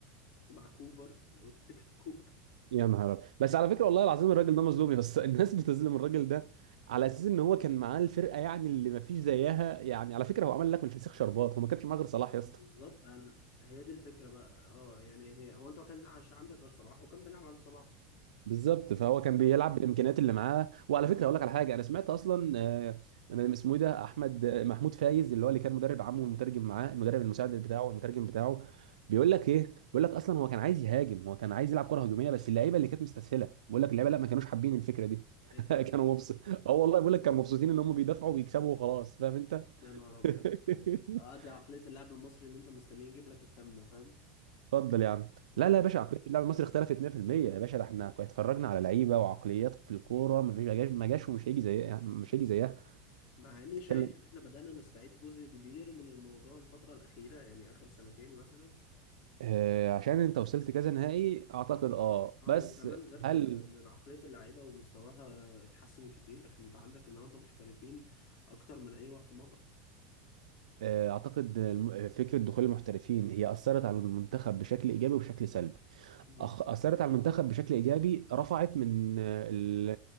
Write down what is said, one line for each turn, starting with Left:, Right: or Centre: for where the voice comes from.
Left: مع كوبر لو تفتكر <laughs> كوبر
Right: يا نهار أبيض. بس على فكره والله العظيم الراجل ده مظلوم يا اسطى <laughs> الناس بتظلم الراجل ده على اساس ان هو كان معاه الفرقه يعني اللي ما فيش زيها يعني على فكره هو عمل لك من الفسيخ شربات هو ما كانش معاه غير صلاح يا اسطى
Left: بالظبط أنا- هي دي الفكرة بقى اه يعني هي هو انت ما كانش عندك غير صلاح وكان بيلعب على صلاح
Right: بالظبط فهو كان بيلعب بالامكانيات اللي معاه وعلى فكره اقول لك على حاجه انا سمعت اصلا آه، من- اسمه ايه ده احمد آه، محمود فايز اللي هو اللي كان مدرب عمه والمترجم معاه المدرب المساعد بتاعه والمترجم بتاعه بيقول لك ايه بيقول لك اصلا هو كان عايز يهاجم هو كان عايز يلعب كره هجوميه بس اللعيبه اللي كانت مستسهله بيقول لك اللعيبه لا ما كانوش حابين الفكره دي
Left: ايه
Right: <laughs>
Left: الهبل
Right: كانوا مبسوط اه والله بيقول لك كانوا مبسوطين ان هم بيدافعوا وبيكسبوا وخلاص فاهم انت
Left: ده يا نهار ابيض
Right: <laughs>
Left: اه دي عقلية اللاعب المصري اللي انت مستنيه يجيب لك التامنة فاهم
Right: اتفضل يا عم
Left: <laughs>
Right: لا لا يا باشا عقليه اللاعب المصري اختلفت 100% يا باشا ده احنا كنا اتفرجنا على لعيبه وعقليات في الكوره ما فيش ما جاش ما جاش ومش هيجي زيها مش هيجي زيها
Left: مع اني
Right: تتكلم
Left: شايف ان احنا بدأنا نستعيد جزء كبير من الموضوع الفترة الأخيرة يعني آخر سنتين مثلا
Right: آه عشان انت وصلت كذا نهائي اعتقد اه
Left: اه
Right: بس
Left: وكمان غير كده
Right: هل
Left: ان عقلية اللعيبة ومستواها اتحسن كتير احنا انت عندك النهاردة محترفين اكتر من اي وقت مضى
Right: آه اعتقد الم- فكره دخول المحترفين هي اثرت على المنتخب بشكل ايجابي وبشكل سلبي
Left: مم.
Right: أخ اثرت على المنتخب بشكل ايجابي رفعت من آه، ال-